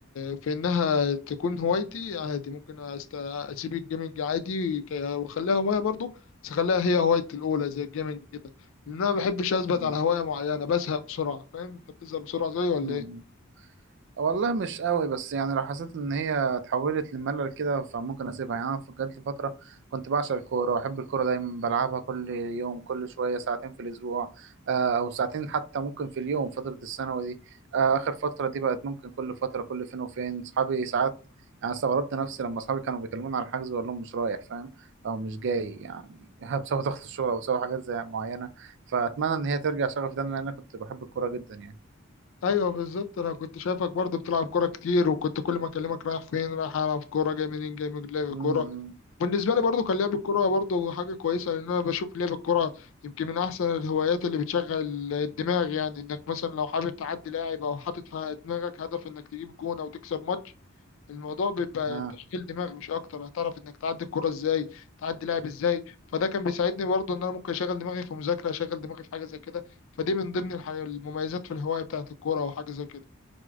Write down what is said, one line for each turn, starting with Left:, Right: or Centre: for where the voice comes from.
Left: في إنها تكون هوايتي عادي ممكن أست... أسيب الجيمنج عادي ك- وأخليها هواية برضو بس أخليها هي هوايتي الأولى زي الجيمنج كده. ان انا ما بحبش اثبت
Right: مم.
Left: على هوايه معينه بزهق بسرعه فاهم انت بتزهق بسرعه زيي ولا
Right: مم.
Left: ايه
Right: والله مش قوي بس يعني لو حسيت ان هي اتحولت لملل كده فممكن اسيبها يعني انا جات لي فتره كنت بعشق الكوره واحب الكوره دايما بلعبها كل يوم كل شويه ساعتين في الاسبوع آه، او ساعتين حتى ممكن في اليوم فتره الثانوي دي آه، اخر فتره دي بقت ممكن كل فتره كل فين وفين صحابي ساعات يعني استغربت نفسي لما اصحابي كانوا بيكلموني على الحجز واقول لهم مش رايح فاهم او مش جاي يعني <laughs> بسبب ضغط الشغل او بسبب حاجات زي معينه فاتمنى ان هي ترجع شغفي تاني لان انا كنت بحب الكوره جدا يعني
Left: ايوه بالظبط انا كنت شايفك برضو بتلعب كوره كتير وكنت كل ما اكلمك رايح فين رايح العب كوره جاي منين جاي من لعب
Right: امم
Left: كوره بالنسبه لي برضو كان لعب الكوره برضو حاجه كويسه لان انا بشوف لعب الكوره يمكن من احسن الهوايات اللي بتشغل الدماغ يعني انك مثلا لو حابب تعدي لاعب او حاطط في دماغك هدف انك تجيب جون او تكسب ماتش الموضوع بيبقى
Right: آه.
Left: تشغيل دماغ مش اكتر هتعرف انك تعدي الكرة ازاي تعدي لاعب ازاي فده كان بيساعدني برضه ان انا ممكن اشغل دماغي في مذاكرة اشغل دماغي في حاجة زي كده فدي من ضمن الح- المميزات في الهواية بتاعت الكورة او حاجة زي كده